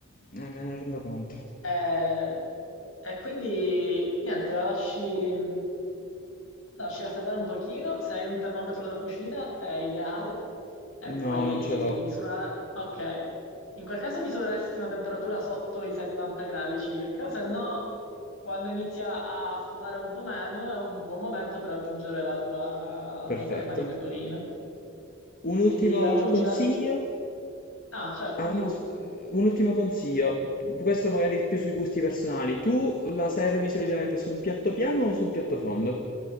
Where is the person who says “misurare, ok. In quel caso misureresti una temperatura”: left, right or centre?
Left